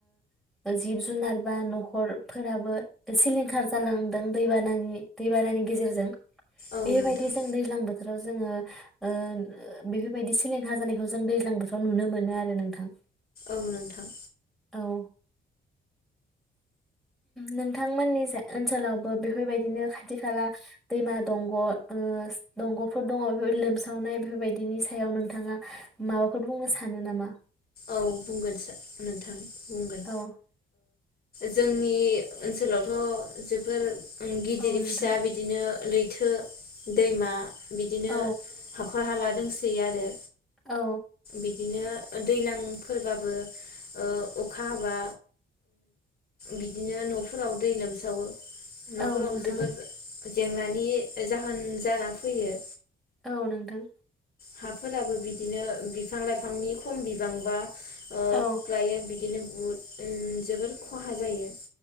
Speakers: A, in the centre; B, on the left.
A: ओ जिब जुनार बा न'खरफोराबो सिलिंखार जालांदों दैबानानि दैबानानि गेजेरजों
B: औ
A: बेबायदि
B: नोंथां
A: जों दैज्लां बोथोराव जोङो ओ बेफोरबायदि सिलिंखार जानायखौ जों दैज्लां बोथोराव नुनो मोनो आरो नोंथां
B: औ नोंथां
A: औ नोंथांमोननि जाय ओनसोलावबो बेफोरबायदिनो खाथि खाला दैमा दंग' ओ दंग'फोर दङ बेफोरबाय लोमसावनाय बेफोरबायदिनि सायाव नोंथाङा माबाफोर बुंनो सानो नामा
B: औ बुंगोनसो नोंथां बुंगोन
A: औ
B: जोंनि ओनसोलावथ' जोबोर गिदिर
A: औ नोंथां
B: फिसा बिदिनो लैथो दैमा बिदिनो
A: औ
B: हाखर हर हाला दोंसै आरो
A: औ
B: बिदिनो दैज्लांफोरबाबो ओ अखा हाबा बिदिनो न'फोराव दै लोमसावो न'फोराव
A: औ नोंथां
B: जोबोर जेंनानि जाहोन जाना फैयो
A: औ नोंथां
B: हाफोराबो बिदिनो बिफां लाइफांनि खम बिबांबा ओ
A: औ
B: खुख्लायो बिदिनो बहुद जोबोर खहा जायो